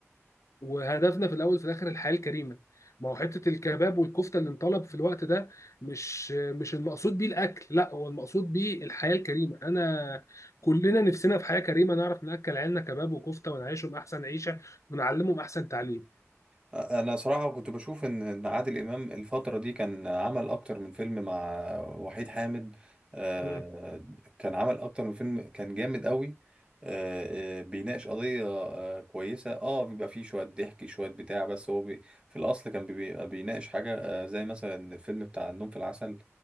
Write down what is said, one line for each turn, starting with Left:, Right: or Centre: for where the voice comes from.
Left: وهدفنا في الاول وفي الاخر الحياه الكريمه ما هو حته الكباب والكفته اللي انطلب في الوقت ده مش مش المقصود بيه الاكل لا هو المقصود بيه الحياه الكريمه انا كلنا نفسنا في حياه كريمه نعرف ناكل عيالنا كباب وكفته ونعيشهم احسن عيشه ونعلمهم احسن تعليم
Right: انا صراحه كنت بشوف ان إن عادل امام الفتره دي كان عمل اكتر من فيلم مع وحيد حامد آه،
Left: امم
Right: كان عمل اكتر من فيلم كان جامد قوي آه، آه، بيناقش قضيه آه، كويسه اه بيبقى فيه شويه ضحك شويه بتاع بس هو بي في الاصل كان بيبقى بيناقش حاجه آه، زي مثلا الفيلم بتاع النوم في العسل